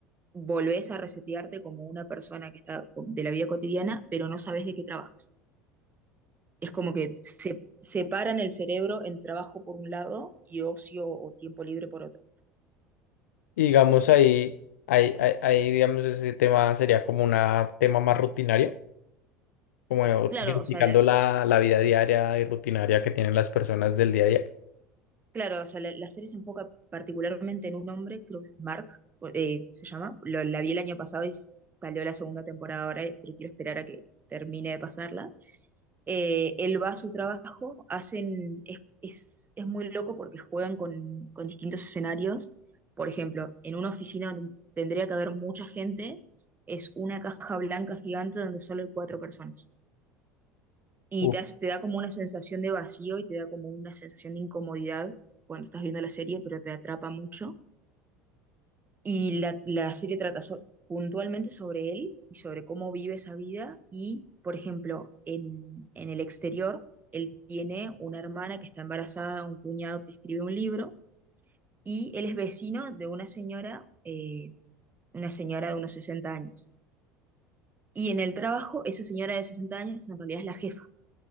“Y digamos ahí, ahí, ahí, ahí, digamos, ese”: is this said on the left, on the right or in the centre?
Left